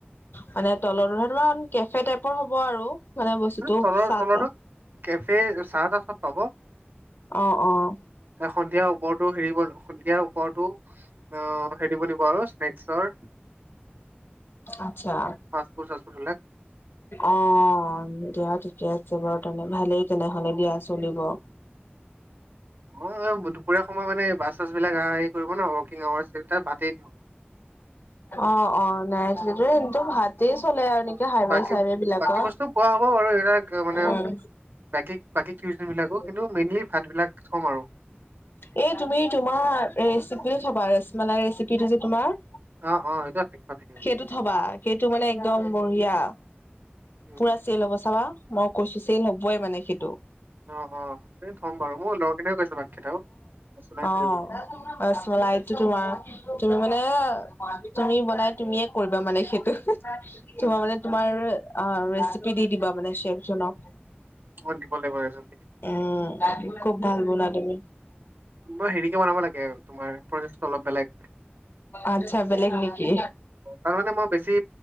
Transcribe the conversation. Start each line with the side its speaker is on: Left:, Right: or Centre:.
Left: মানে তলত সেইটো তোমাৰ কেফে টাইপৰ হ'ব আৰু মানে বস্তুটো
Right: তলৰ
Left: চাহ
Right: তলৰটোত
Left: তাহ
Right: কেফে চাহ তাহ চব পাব
Left: অঁ অঁ।
Right: এ সন্ধিয়া ওপৰটো হেৰী সন্ধিয়া ওপৰতো অঁ হেৰী বনিব আৰু স্নেকচৰ
Left: আচ্ছা।
Right: ফাষ্ট ফুড চাষ্ট ফুড বিলাক
Left: অঁ দিয়া ঠিকে আছে বাৰু তেনে ভালেই তেনেহলে দিয়া চলিব।
Right: অঁ দুপৰীয়া সময়ত মানে বাছ চাছ বিলাক আহা আহি কৰিব ন ৱকিং আৱাৰচ তাত ভাতে দিব।
Left: অঁ অঁ নাই সেইটোৱে কিন্তু ভাত তেই চলে আৰু
Right: অ,
Left: নেকি হাইৱে
Right: বাকী
Left: চাইৱে বিলাক
Right: বাকী বস্তু পোৱা হ'ব বাৰু এইবিলাক মানে
Left: উম।
Right: বাকী বাকী কিউচন বিলাকো
Left: <unintelligible>
Right: কিন্তু মেইনলি ভাত বিলাক থম আৰু।
Left: এই তুমি তোমাৰ ৰেচিপিটো থবা ৰসমলাই ৰেচিপিটো যে তোমাৰ।
Right: অঁ অঁ সেইটোৱে থাকিব থাকিব।
Left: সেইটো থবা সেইটো মানে একদম বঢ়িয়া
Right: উম
Left: পুৰা চেল হ'ব চাবা। মই কৈছোঁ চেইল হ'বই মানে সেইটো।
Right: অঁ অঁ সেই থ'ম বাৰু মোৰ লগৰ কেইটাও কৈছে বাকী কেইটাও। চলাই
Left: অঁ
Right: থৈ বুলি
Left: ৰসমলাইটো তোমাৰ তুমি মানে তুমি বনাই তুমিয়ে কৰিবা মানে সেই তোমাৰ
Right: মোক
Left: মানে তোমাৰ আ ৰেচিপি দি দিবা মানে চেফ জনক।
Right: মোক দিব লাগিব ৰেচিপি
Left: উম খুব ভাল বনোৱা তুমি।
Right: ব হেৰিকে বনাব লাগে তোমাৰ অলপ বেলেগ।
Left: আচ্ছা বেলেগ নেকি?
Right: তাৰ মানে মই বেছি